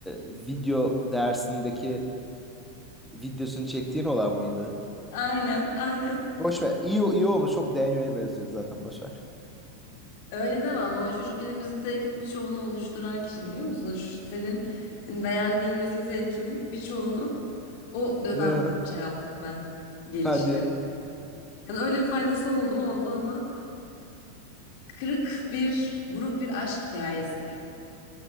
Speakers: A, in the centre; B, on the left (about 50°).
A: video dersindeki videosunu çektiğin olan mıydı?
B: Aynen aynen.
A: Boş ver. İyi, iyi olmuş. Çok Daniel'e benziyor zaten. Boş ver.
B: Öyle demem ama o çocuk benim müzik zevkimin birçoğunu oluşturan kişi biliyor musunuz? Şu senin hani beğendiğin müzik zevkimin birçoğunu o dönem
A: <laughs>
B: şey yaptım ben. Geliştirdim.
A: Hadi ya.
B: Yani öyle bir faydası oldu mu oldu ama kırık bir buruk bir aşk hikayesi.